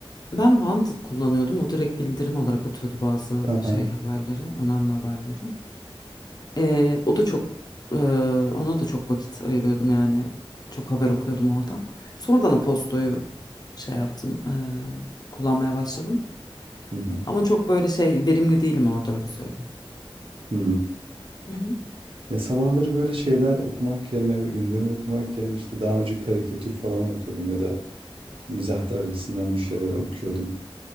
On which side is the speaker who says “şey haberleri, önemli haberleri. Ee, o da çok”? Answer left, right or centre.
Left